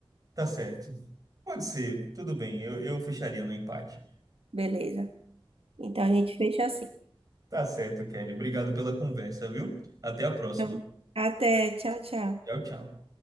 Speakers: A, on the right; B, on the right.
A: tá certo. Pode ser, tudo bem, eu, eu fecharia no empate.
B: Beleza. Então a gente fecha assim.
A: Tá certo, Kelly. Obrigado pela conversa, viu? Até a próxima.
B: Então, até. Tchau, tchau.
A: Tchau, tchau.